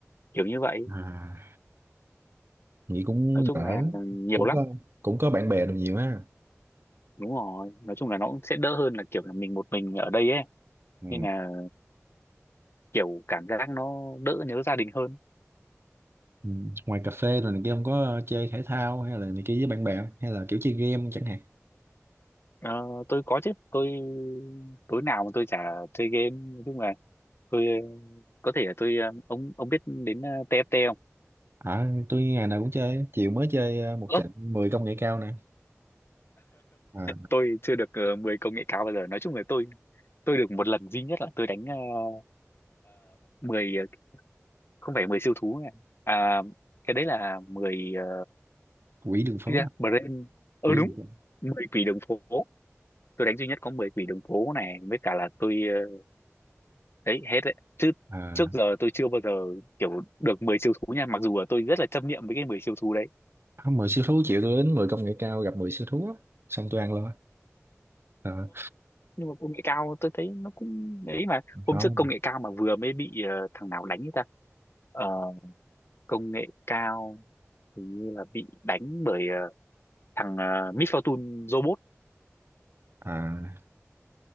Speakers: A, on the left; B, on the right.
A: kiểu như vậy
B: à. vậy cũng
A: nói chung
B: ở
A: là nhiều
B: cũng
A: lắm
B: có cũng có bạn bè được nhiều ha
A: đúng rồi nói chung là nó cũng sẽ đỡ hơn là kiểu là mình một mình ở đây ấy
B: ừ.
A: nên là kiểu cảm giác nó đỡ nhớ gia đình hơn
B: Ừ. Ngoài cà phê rồi này kia ông có chơi thể thao hay là này kia với bạn bè hay là kiểu chơi game chẳng hạn
A: Ờ, tôi có chứ tôi tối nào mà tôi chả chơi game nói chung là tôi ờ, có thể là tôi ờ, ông ông biết đến ờ, TFT không?
B: à, tôi ngày nào cũng chơi chiều mới chơi ờ, một
A: Ơ,
B: trận 10 công nghệ cao nè à,
A: tôi chưa được uh, 10 công nghệ cao bao giờ. Nói chung là tôi tôi được một lần duy nhất là tôi đánh uh, 10 ờ, không phải 10 siêu thú này. À cái đấy là 10 ờ,
B: quỷ đường phố
A: cái gì? đó? Brain. Ờ
B: quỷ
A: đúng,
B: đường phố
A: 10 quỷ đường phố. Tôi đánh duy nhất có 10 quỷ đường phố này với cả là tôi ờ, đấy hết đấy. Chứ
B: à,
A: trước giờ tôi chưa bao giờ kiểu được 10 siêu thú nha, mặc dù là tôi rất là chấp niệm với cái mười siêu thú đấy.
B: không, 10 siêu thú chiều tôi đến 10 công nghệ cao gặp 10 siêu thú á. xong tôi ăn luôn á. à,
A: nhưng mà công nghệ cao tôi thấy nó cũng ấy mà hôm
B: không
A: trước công nghệ cao mà vừa mới bị ờ, thằng nào đánh ấy ta Ờ, công nghệ cao hình như là bị đánh bởi ờ, thằng uh, Miss Fortune robot
B: à,